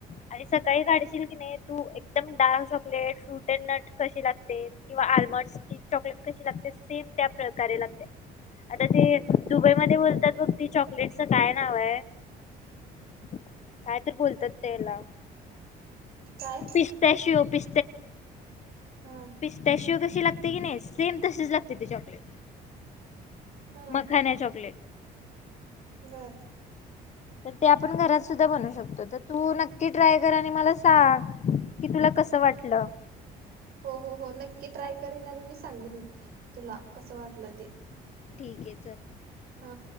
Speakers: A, on the left; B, on the right.
A: आणि सकाळी
B: हा
A: काढशील की नाही तू एकदम dark chocolate fruit and nut कशी लागते? किंवा आल्मंडची चॉकलेट कशी लागते? सेम त्या प्रकारे लागते आता ते दुबईमध्येध्ये बोलतात बघ ती चॉकलेटचं काय नाव आहे? काय तर बोलतात त्याला
B: काय
A: पिस्ताशिव पी <unintelligible>
B: हा
A: पिस्तशेव कस शी लागते की नाही सेम तशीच लागते ते चॉकलेट.
B: हा
A: मखाना चॉकलेट
B: बर
A: तर ते आपण घरात सुद्धा बनवू शकतो. तर तू नक्की ट्राय कर आणि मला सांग कि तुला कस वाटलं?
B: हो हो हो नक्की ट्राय करीन. आणि मी सांगेन तुला कस वाटलं ते.
A: ठीके.
B: हा